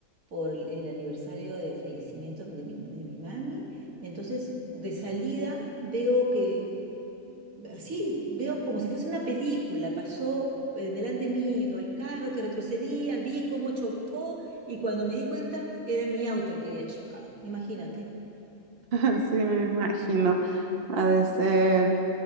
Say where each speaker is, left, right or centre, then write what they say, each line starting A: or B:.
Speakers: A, on the right; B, on the right.
A: por el el aniversario de fallecimiento de mi, de mi mami. Entonces, de salida veo que Así veo como si fuese una película. Pasó eh, delante mío el carro que retrocedía, vi cómo chocó y cuando me di cuenta era mi auto el que había chocado. Imagínate.
B: <laughs> Sí me imagino. Ha de ser,